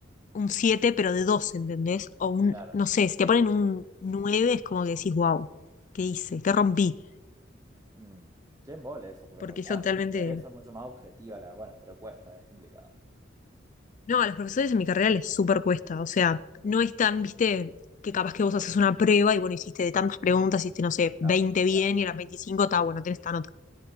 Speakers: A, on the left; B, on the right.
A: un 7 pero de 2, ¿entendés? O un,
B: claro.
A: no sé, si te ponen un 9 es como que decís, wow, ¿qué hice? ¿Qué rompí?
B: Mm. Qué embole eso, porque
A: Porque
B: en realidad
A: eso totalmente...
B: debería ser mucho más objetiva la, bueno, pero cuesta, es complicado.
A: No, a los profesores en mi carrera les súper cuesta, o sea, no es tan, viste, que capaz que vos haces una prueba y bueno, hiciste de tantas preguntas, hiciste, no sé, veinte
B: Claro,
A: bien
B: claro, claro.
A: y a las 25 está bueno, tenés esta nota.